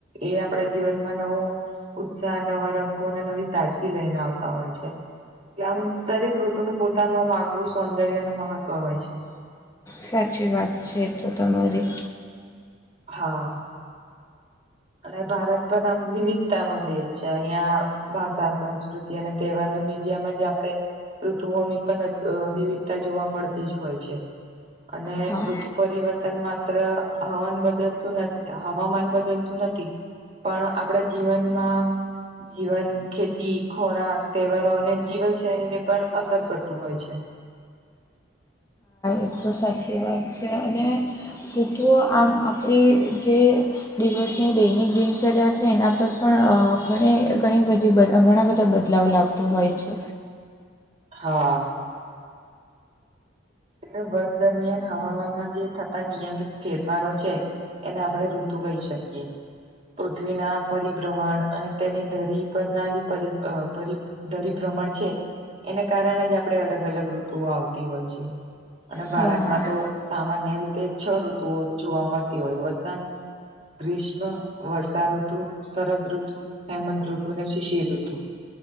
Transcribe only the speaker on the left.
સાચી વાત છે તો તમારી
હા
એક તો સાચી વાત છે અને કૂટઓ આમ આપણી જે દિવસની દૈનિક દિનચર્યા છે એના પર પણ ઘણી ઘણી બધી ઘણા બધા બધા બદલાવન આવતું હોય છે
હા.